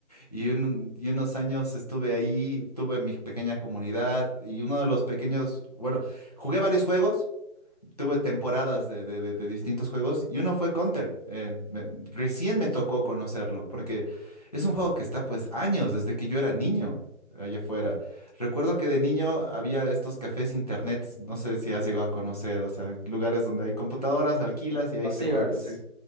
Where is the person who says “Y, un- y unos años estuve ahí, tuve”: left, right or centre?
Left